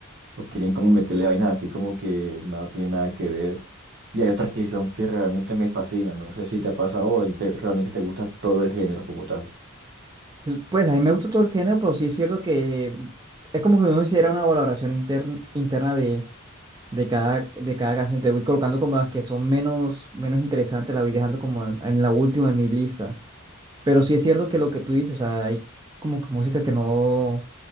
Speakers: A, on the right; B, on the right.
A: o quieren como meterle vainas así como que no tiene nada que ver. Y hay otras que son que realmente me fascinan, no sé si te ha pasado o si te- realmente te gusta todo el género como tal.
B: Pues pues, a mí me gusta todo el género, pero sí es cierto que es como que uno hiciera una valoración intern- interna de, de cada, de cada canción. Te voy colocando como las que son menos, menos interesantes, la voy dejando como en la última de mi lista. Pero sí es cierto que lo que tú dices, o sea, hay como que música que no,